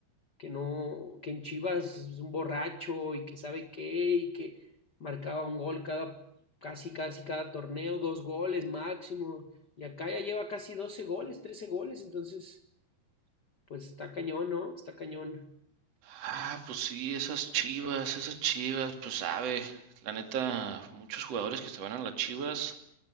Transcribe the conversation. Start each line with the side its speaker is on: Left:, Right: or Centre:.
Left: que no, que en Chivas es un borracho y que sabe qué, y que marcaba un gol cada, casi, casi cada torneo, dos goles máximo, y acá ya lleva casi 12 goles, 13 goles, entonces Pues está cañón, ¿no? Está cañón.
Right: Ah, pues sí, esas Chivas, esas Chivas, pues sabe, la neta, muchos jugadores que se van a las Chivas,